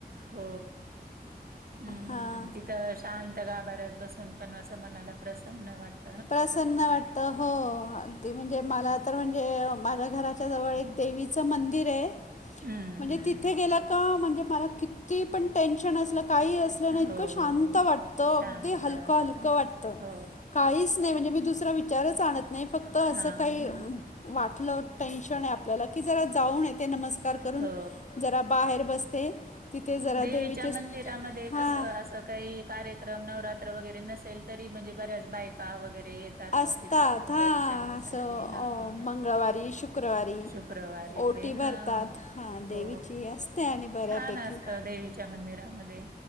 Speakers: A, on the right; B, on the left.
A: हो हम्म
B: हां
A: तिथं शांत गाभऱ्यात बसून पण असं मनाला प्रसन्न वाटत.
B: प्रसन्न वाटत हो अगदी म्हणजे मला- तर म्हणजे माझ्या घराच्या जवळ एक देवीचं मंदिर आहे.
A: हं,
B: म्हणजे
A: हं,
B: तिथे
A: हं.
B: गे का? म्हणजे मला किती पण टेन्शन असल- काही असल ना इतकं
A: हो.
B: शांत वाटतं
A: शांत
B: अगदी हलकं
A: वाटतं.
B: हलकं वाटतं.
A: हो.
B: काहीच नाही म्हणजे मी दुसरा विचारच आणत नाही फक्त असं
A: हां.
B: काही- वाटलं टेन्शन आहे आपल्याला की जरा जाऊन ये ते नमस्कार करून-
A: हो.
B: जरा बाहेर बसते. तिथे जरा
A: देवीच्या
B: देवीचे
A: मंदिरामध्ये
B: हां
A: कसं असं काही- कार्यक्रम नवरात्र वगैरे नसेल तरी म्हणजे बऱ्याच बायका वगैरे येत- येतात
B: असतात
A: ना तिथं
B: हां
A: दर्शनासाठी
B: असं अ,
A: हा.
B: मंगळवारी शुक्रवारी
A: शुक्रवारी
B: ओटी
A: ते
B: भरतात
A: ह
B: हां देवीची
A: हो
B: असते आणि बऱ्यापैकी
A: छान असतं. देेवीच्या मंदिरामध्ये.